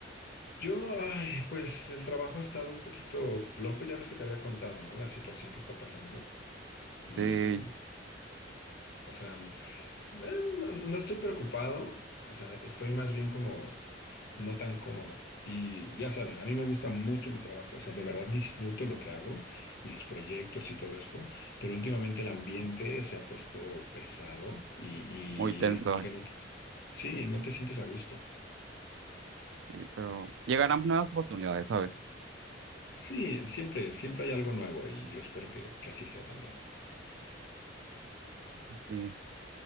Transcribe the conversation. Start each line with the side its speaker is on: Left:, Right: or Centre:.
Left: Yo, ay, pues el trabajo ha estado un poquito flojo, ya ves que te había contado, ¿no? La situación que está pasando. Y,
Right: Sí,
Left: o sea, Eh, no, no estoy preocupado, o sea, estoy más bien como no tan cómodo. Y ya sabes, a mí me gusta mucho mi trabajo, o sea, de verdad disfruto lo que hago y los proyectos y todo esto, pero últimamente el ambiente se ha puesto pesado y,
Right: muy tenso,
Left: y como que no te, sí, no te sientes a gusto.
Right: sí, pero llegarán nuevas oportunidades, ¿sabes?
Left: Sí, siempre, siempre hay algo nuevo y yo espero que, que así sea también.
Right: Sí,